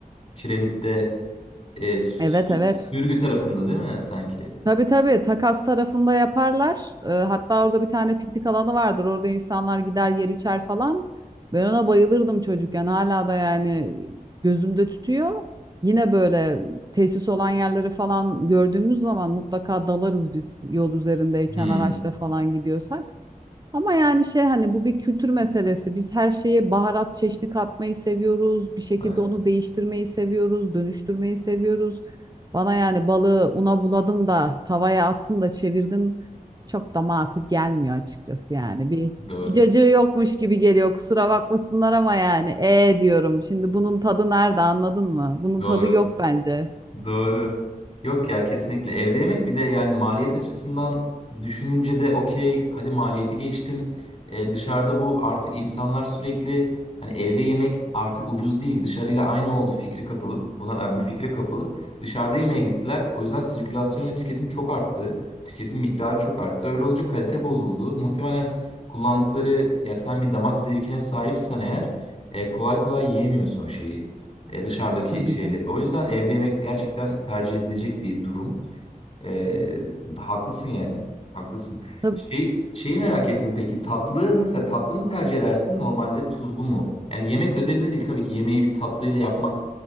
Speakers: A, on the left; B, on the right.
A: Kiremit'te? E, Sü-
B: Evet evet.
A: Sürgü tarafında değil mi sanki?
B: Tabii tabii takas tarafında yaparlar. Ee, hatta orada bir tane piknik alanı vardır. Orada insanlar gider yer içer falan. Ben ona bayılırdım çocukken. Hala da yani gözümde tutuyor. Yine böyle tesis olan yerleri falan gördüğümüz zaman mutlaka dalarız biz yol üzerindeyken
A: Hı,
B: araçla falan gidiyorsak. Ama yani şey hani bu bir kültür meselesi. Biz her şeye baharat çeşni katmayı seviyoruz. Bir şekilde
A: evet.
B: onu değiştirmeyi seviyoruz, dönüştürmeyi seviyoruz. Bana yani balığı una buladın da tavaya attın da çevirdin çok da makul gelmiyor açıkçası yani. Bir
A: Doğru.
B: bir cacığı yokmuş gibi geliyor. Kusura bakmasınlar ama yani e diyorum. Şimdi bunun tadı nerede anladın mı? Bunun
A: <laughs> Doğru.
B: tadı yok bence.
A: Doğru. Yok ya kesinlikle evde yemek bir de yani maliyet açısından düşününce de okey hadi maliyeti geçtim. Ee, dışarıda bu artık insanlar sürekli hani evde yemek artık ucuz değil dışarıyla aynı oldu fikri kapılıp buna yani bu fikre kapılıp dışarıda yemeğe gittiler. O yüzden sirkülasyon ve tüketim çok arttı. Tüketim miktarı çok arttı. Öyle olunca kalite bozuldu. Muhtemelen kullandıkları ya sen bir damak zevkine sahipsen eğer e, kolay kolay yiyemiyorsun o şeyi e, dışarıdaki
B: Tabii
A: şeyleri.
B: canım.
A: O yüzden evde yemek gerçekten tercih edilecek bir durum. E, haklısın yani. Haklısın.
B: Tabii.
A: Şey, şeyi merak ettim peki. Tatlı mesela tatlı mı tercih edersin normalde tuzlu mu? Yani yemek özelinde değil tabii ki yemeği bir tatlıyla yapmak